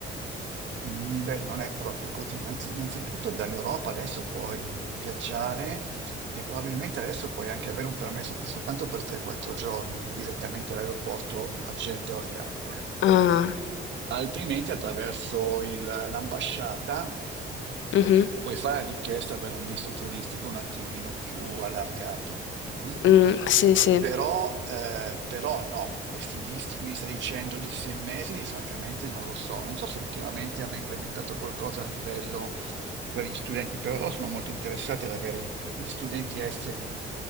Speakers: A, on the right; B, on the left.
A: Mm, Beh, non è proprio così. Innanzi- Innanzitutto dall'Europa adesso puoi viaggiare e probabilmente adesso puoi anche avere un permesso soltanto per 3-4 giorni direttamente all'aeroporto a Jeddah o Riyadh.
B: Ah,
A: altrimenti attraverso il- l'ambasciata
B: mh-mh,
A: puoi fare la richiesta per un visto turistico un attimino più allargato. mm?
B: mh, sì, sì,
A: Però, eh, però no, questi visti che mi sta dicendo di sei mesi, francamente non lo so. Non so se ultimamente hanno implementato qualcosa a livello per gli studenti, però loro sono molto interessati ad avere i- gli studenti esteri